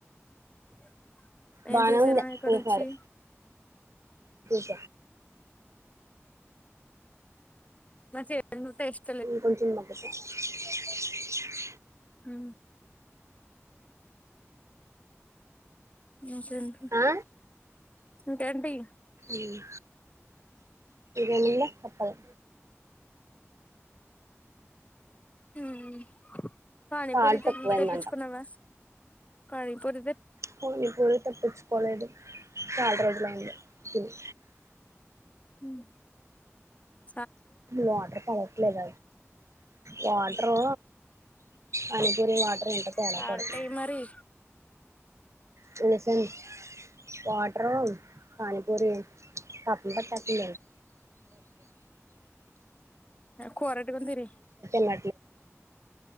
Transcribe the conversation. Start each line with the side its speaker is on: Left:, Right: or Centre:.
Left: <inaudible>
Right: బానేఉండే
Left: చూసానా ఇక్కడ
Right: ఈసారి
Left: నుంచి
Right: <inaudible>
Left: నచె నుతేస్ట్
Right: ఇం కొంచెం మగ్గ కియు వె <inaudible>
Left: హు హమ్
Right: ఆ
Left: <inaudible> ఇంకేంటి
Right: ఇది ఎందుల తప్పాల
Left: హమ్ పానీపూరి
Right: సాల్ట్
Left: తెప్పించు
Right: తక్కువైందంట
Left: తెప్పించుకున్నావా. పని పూరి
Right: పని పూరి చెప్పుకోలేదు చల్రోజు అయింది తిని
Left: ఉ ఉమ్ <inaudible>
Right: వాటర్ పడట్లేద వాటరూ అని గుడి వాటర్ ఇంత తేడా
Left: సాల్ట్
Right: పడుతుంది
Left: ఎయ్ మరి
Right: తినేసి ఉ వాటరు పని పూరి <inaudible> లేద్మరి
Left: కూరట్టుకుని తిరి
Right: <inaudible>